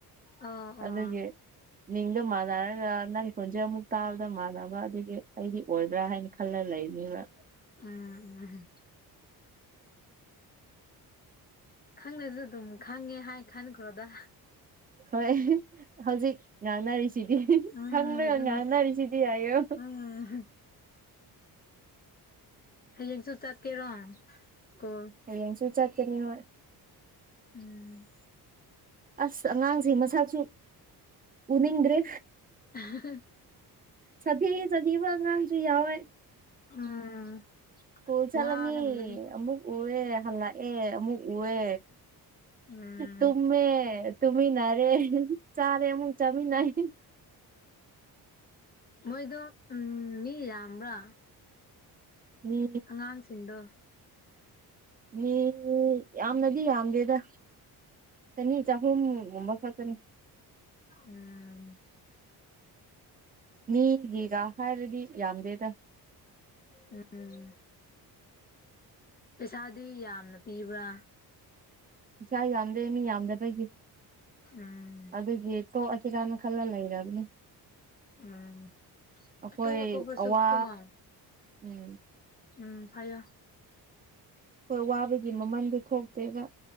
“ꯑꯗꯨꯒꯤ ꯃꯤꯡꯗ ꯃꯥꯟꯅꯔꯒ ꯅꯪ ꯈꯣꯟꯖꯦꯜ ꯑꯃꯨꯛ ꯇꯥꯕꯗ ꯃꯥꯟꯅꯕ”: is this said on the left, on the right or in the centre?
Right